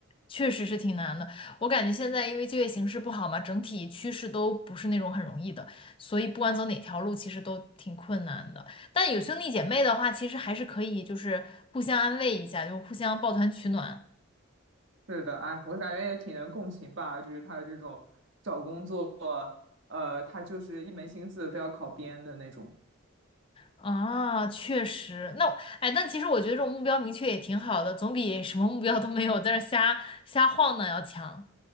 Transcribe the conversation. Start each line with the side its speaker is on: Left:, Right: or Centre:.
Left: 确实是挺难的，我感觉现在因为就业形势不好嘛，整体趋势都不是那种很容易的，所以不管走哪条路，其实都挺困难的。但有兄弟姐妹的话，其实还是可以，就是互相安慰一下，就互相抱团取暖。
Right: 是的，哎，我感觉也挺能共情吧，就是她的这种找工作，呃，她就是一门心思非要考编的那种。
Left: 啊，确实，那哎，但其实我觉得这种目标明确也挺好的，总比什么目标都没有在这儿瞎瞎晃荡要强。